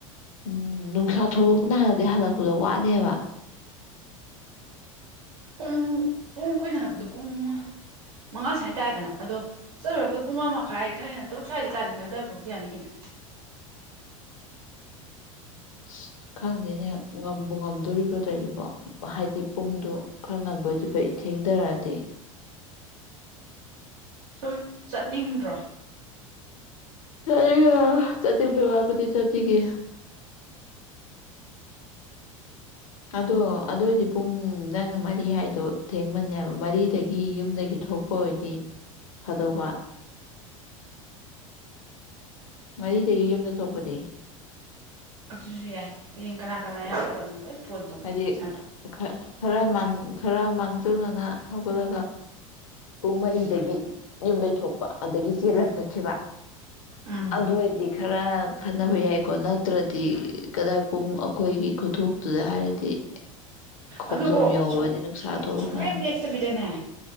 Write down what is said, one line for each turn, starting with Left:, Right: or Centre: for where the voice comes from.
Left: ꯎꯝ ꯅꯨꯡꯁꯥ ꯊꯣꯛꯂꯛꯄꯅ ꯍꯥꯜꯂꯗꯤ ꯍꯜꯂꯛꯄꯗꯣ ꯋꯥꯅꯤꯕ
Right: ꯄꯨꯡ ꯄꯨꯡ ꯈꯣꯏꯅ ꯍꯜꯂꯛꯄꯗꯣ ꯄꯨꯡ ꯃꯉꯥ ꯁ꯭ꯋꯥꯏꯅ ꯇꯥꯏꯌ‌ꯦꯗꯅ ꯑꯗꯣ ꯆꯠꯂꯨꯔꯛꯄꯗ ꯄꯨꯡ ꯃꯉꯥ ꯃꯈꯥꯏ ꯈꯔ ꯍꯦꯟꯅ ꯇꯔꯨꯛ ꯁ꯭ꯋꯥꯏꯗꯗꯤ ꯇꯥꯅꯤ ꯈꯔ ꯑꯗꯨꯋꯥꯏ ꯐꯥꯎꯗꯤ ꯌꯥꯅꯤ ꯀꯩꯅ‌ꯣ
Left: ꯑꯁ ꯈꯪꯗꯦꯅꯦ ꯉꯝꯕꯨ ꯉꯝ ꯑꯣꯏꯗꯣꯢꯕꯔꯣ ꯇꯧꯏꯗꯨꯕꯣ ꯍꯥꯏꯗꯤ ꯄꯨꯡꯗ‌ꯣ ꯈꯔ ꯉꯟꯕ ꯑꯣꯏꯗꯤ ꯐꯩ ꯊꯦꯡꯊꯔꯛꯑꯗꯤ
Right: ꯁꯨꯝ ꯆꯠꯅꯤꯡꯗ꯭ꯔꯣ
Left: <unintelligible> ꯆꯠꯅꯤꯡꯕꯩ ꯋꯥꯕꯨꯗꯤ ꯆꯠꯅꯤꯡꯏ ꯑꯗꯣ ꯑꯗ ꯑꯣꯏꯗꯤ ꯄꯨꯡ ꯅꯪ ꯃꯔꯤ ꯍꯥꯏꯗꯣ ꯊꯦꯡꯃꯅꯦꯕ ꯃꯔꯤꯗꯒꯤ ꯌꯨꯝꯗꯒꯤ ꯊꯣꯛꯄ ꯑꯣꯏꯔꯗꯤ ꯐꯗꯧꯕ ꯃꯔꯤꯗꯒꯤ ꯌꯨꯝꯗ ꯊꯣꯛꯄꯗꯤ
Right: ꯑꯗꯨꯁꯨ ꯌꯥꯏ ꯍꯌꯦꯡ ꯀꯅꯥ ꯀꯅꯥ ꯌꯥꯎꯒꯗꯕꯅꯣ ꯂꯣꯏ ꯐꯣꯟ ꯇꯧꯒꯦ
Left: ꯍꯥꯏ
Right: ꯁꯟꯅ
Left: ꯈ ꯈꯔ ꯃꯥꯡ ꯈꯔ ꯃꯥꯡꯖꯧꯅꯅ ꯍꯧꯒꯠꯂꯒ ꯄꯨꯡ ꯃꯔꯤꯗꯒꯤ
Right: ꯎꯝ
Left: ꯌꯨꯝ ꯂꯩꯩꯊꯣꯛꯄ ꯑꯗꯒꯤ ꯆꯦꯜꯂꯒ
Right: ꯎꯝ
Left: ꯆꯠꯈꯤꯕ
Right: ꯎꯝ
Left: ꯑꯗꯨ ꯑꯣꯏꯗꯤ ꯈꯔ ꯈꯟꯅꯕ ꯌꯥꯏꯀꯣ ꯅꯠꯇ꯭ꯔꯗꯤ ꯀꯗꯥꯏ ꯄꯨꯡ ꯑꯩꯈꯣꯏꯒꯤ ꯈꯨꯊꯣꯛꯇꯨꯗ ꯍꯥꯏꯔ <unintelligible>
Right: ꯑꯗꯨꯀꯣ
Left: ꯌꯧꯕꯗꯤ
Right: ꯁꯨꯡ
Left: ꯅꯨꯡꯁꯥ
Right: ꯁꯨꯡ
Left: ꯊꯣꯛꯂꯛꯄꯅꯤ
Right: ꯁꯨꯡꯂꯦꯞ ꯂꯦꯞꯇꯕꯤꯗꯅꯦ